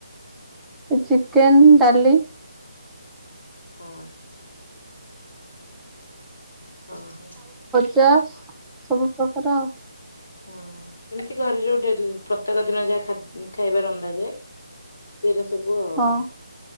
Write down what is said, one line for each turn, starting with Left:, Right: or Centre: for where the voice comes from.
Centre: ଚିକେନ, ଡାଲି
Left: ହଁ ଓ ହୋ।
Centre: ଚାସ୍ ସବୁ ପ୍ରକାର ଆଉ।
Left: ହଁ ସେମିତି ଘରେ ଯୋଉ ଡେଲି ପ୍ରତ୍ୟେକ ଦିନ ଯାହା ଖଦ୍ୟ ଖାଇବାର ରନ୍ଧା ଯାଏ ସେ ରୋଷେ ସବୁ ଆଉ।
Centre: ହଁ